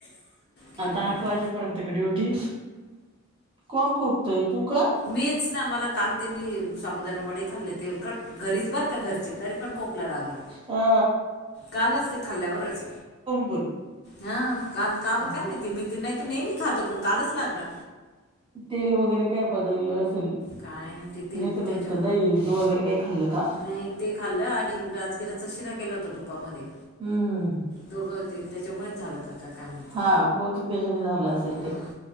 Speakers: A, on the left; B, on the right.
A: केलं
B: आता
A: मी
B: आठ
A: पण
B: वाजेपर्यंत का, ड्युटी कोण खोकतय तू का.
A: मीच ना मला काल ते, मी साबुदाना वडे खाल्ले तेलकट. घरीच बरं का घरचे तरी पण खोकला लागला.
B: हो.
A: कालच ते खाल्ल्यावरच,
B: पण
A: ह <unintelligible>
B: हम्म.
A: ते नाही तर नेहमी खातो, पण कालच लागलं.
B: तेल वगैरे काय बदल असेल,
A: काय ते तेल
B: नाही तर
A: त्याच्या
B: दही <unintelligible> वगैरे काय खाल्लं. का
A: नाही ते खाल्लं, आणि राजगिराचा शिरा केला होता तुपामध्ये.
B: हम्म.
A: दोघं होते त्यांच्यामुळेच झालं का काय. काय माहिती
B: हा बहुतेक तेच्यानी झालं असेल
A: हं.
B: ते.